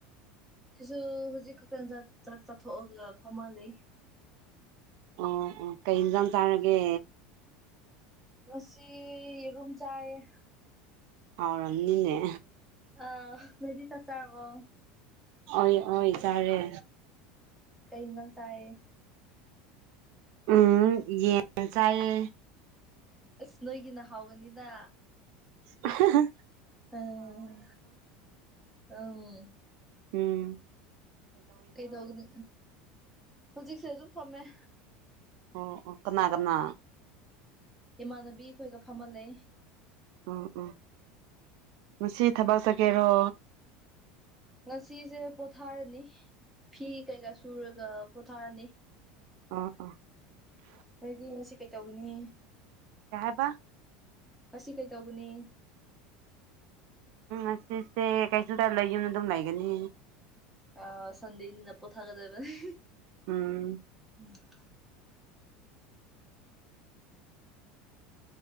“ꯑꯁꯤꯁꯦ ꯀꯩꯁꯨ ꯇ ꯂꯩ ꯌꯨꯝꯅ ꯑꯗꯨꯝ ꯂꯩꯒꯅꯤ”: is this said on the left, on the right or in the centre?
Right